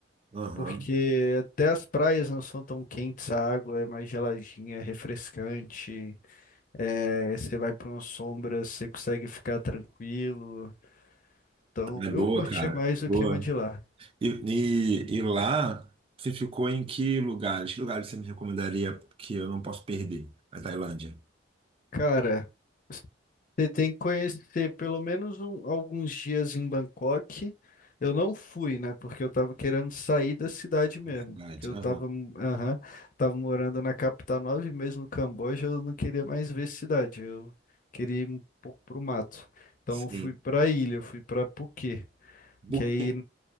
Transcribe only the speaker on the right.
Aham.
É
boa,
cara,
boa.
E, e, e lá, você ficou em que lugares? Que lugares você me recomendaria que eu não posso perder? A Tailândia,
a cidade.
Aham.
Sim.
Buquê,